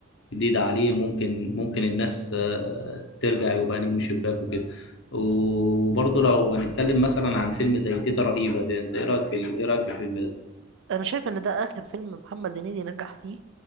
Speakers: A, on the left (about 65°); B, on the right (about 65°).
A: جديده عليه ممكن ممكن الناس آه، ترجع يبقى نجم شباك وكده وبرضه لو هنتكلم مثلا عن فيلم زي تيتا رهيبه ده انت ايه رايك في ال- ايه رايك في الفيلم ده
B: انا شايف ان ده اخر فيلم محمد هنيدي نجح فيه